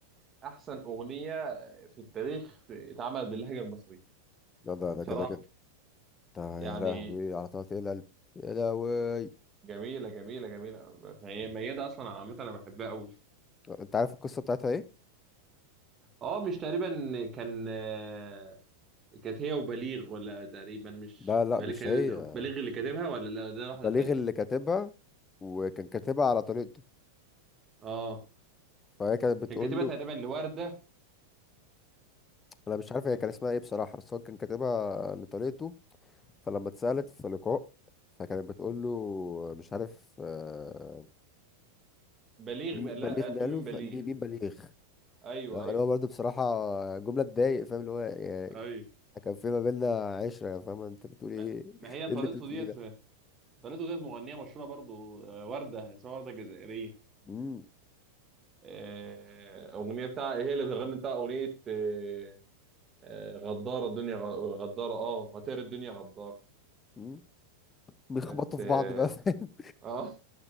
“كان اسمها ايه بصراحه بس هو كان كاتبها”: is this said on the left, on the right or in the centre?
Left